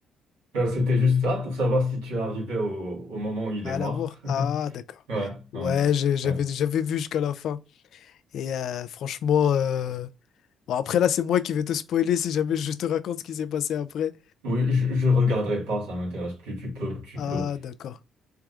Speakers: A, on the right; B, on the left.
A: Euh, C'était juste ça pour savoir si tu es arrivé au, au moment où il
B: À
A: est mort.
B: l'amour.
A: <laughs>
B: Ah, d'accord.
A: Ouais,
B: Ouais,
A: ouais,
B: j'ai- j'avais,
A: ouais.
B: j'avais vu jusqu'à la fin. Et euh, franchement, euh, bon, après là, c'est moi qui vais te spoiler si jamais je te raconte ce qui s'est passé après.
A: Oui, je, je regarderai pas, ça m'intéresse plus. Tu peux, tu
B: Ah,
A: peux.
B: d'accord.